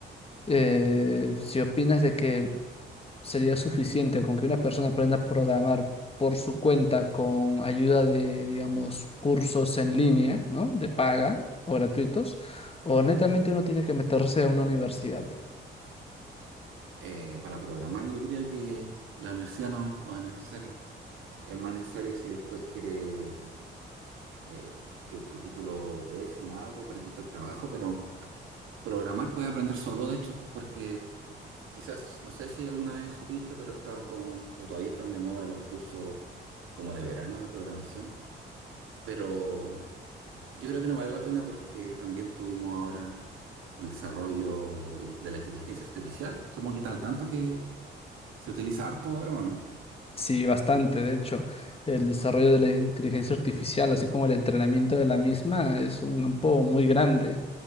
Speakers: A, on the left (about 30°); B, on the right (about 85°).
A: eh, si opinas de que sería suficiente con que una persona aprenda a programar por su cuenta con ayuda de, digamos, cursos en línea, ¿no? De paga o gratuitos, o netamente uno tiene que meterse a una universidad.
B: Eh, para programar yo creo que la universidad no, no es necesaria. Es más necesario si después quieres eh, que tu título pese en algo para encontrar trabajo, pero programar puedes aprender solo, de hecho, porque quizás, no sé si alguna vez supiste, pero estaban con, o todavía están de moda los cursos como de verano de programación, pero yo creo que no vale la pena porque también tuvimos ahora el desarrollo de la inteligencia artificial, supongo que está al tanto que se utiliza harto ahora, ¿o no?
A: Sí, bastante. De hecho, el desarrollo de la inteligencia artificial, así como el entrenamiento de la misma, es un campo muy grande.